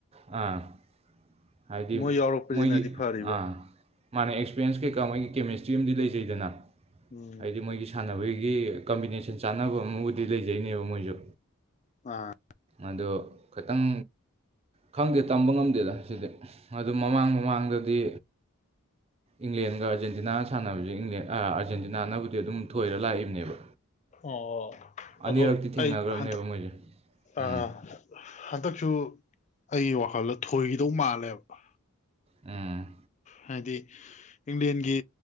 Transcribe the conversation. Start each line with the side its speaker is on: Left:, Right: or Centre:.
Right: ꯑꯥ ꯍꯥꯏꯗꯤ
Left: ꯃꯣꯏ ꯌꯥꯎꯔꯛꯄꯁꯤꯅꯗꯤ
Right: ꯃꯣꯏꯒꯤ
Left: ꯐꯔꯤꯕ
Right: ꯑꯥ ꯃꯥꯟꯅꯦ ꯑꯦꯛꯁꯄꯤꯔꯦꯟꯁ ꯀꯩꯀꯥ ꯃꯣꯏꯒꯤ ꯀꯦꯃꯤꯁꯇ꯭ꯔꯤ ꯑꯃꯗꯤ ꯂꯩꯖꯩꯗꯅ
Left: ꯎꯝ
Right: ꯍꯥꯏꯗꯤ ꯃꯣꯏꯒꯤ ꯁꯥꯟꯅꯕꯒꯤ ꯀꯝꯕꯤꯅꯦꯁꯟ ꯆꯥꯟꯅꯕ ꯑꯃꯕꯨꯗꯤ ꯂꯩꯖꯩꯅꯦꯕ ꯃꯣꯏꯖꯨ
Left: ꯑꯥ
Right: ꯑꯗꯣ ꯈꯩꯇꯪ ꯈꯪꯗꯦ ꯇꯝꯕ ꯉꯝꯗꯦꯗ ꯁꯤꯗꯤ ꯑꯗꯨ ꯃꯃꯥꯡ ꯃꯃꯥꯡꯗꯗꯤ ꯏꯪꯂꯦꯟꯒ ꯑꯥꯔꯖꯦꯟꯇꯤꯅꯥꯒ ꯁꯥꯟꯅꯕꯖꯦ ꯏꯪꯂꯦꯟ__ ꯑꯥ ꯑꯥꯔꯖꯦꯟꯇꯤꯅꯥꯅꯕꯨꯗꯤ ꯑꯗꯨꯝ ꯊꯣꯏꯔ ꯂꯥꯛꯏꯝꯅꯦꯕ
Left: ꯑꯣ
Right: ꯑꯅꯤꯔꯛꯇꯤ
Left: ꯑꯗꯣ
Right: ꯊꯦꯡꯅꯒ꯭ꯔꯕꯅꯦꯕ
Left: ꯑꯩ ꯍꯟꯗꯛ
Right: ꯃꯣꯏꯖꯦ
Left: ꯑ
Right: ꯎꯝ
Left: ꯍꯟꯗꯛꯁꯨ ꯑꯩꯒꯤ ꯋꯥꯈꯜꯗ ꯊꯣꯏꯒꯤꯗꯧ ꯃꯥꯜꯂꯦꯕ
Right: ꯎꯝ
Left: ꯍꯥꯏꯗꯤ ꯏꯪꯂꯦꯟꯒꯤ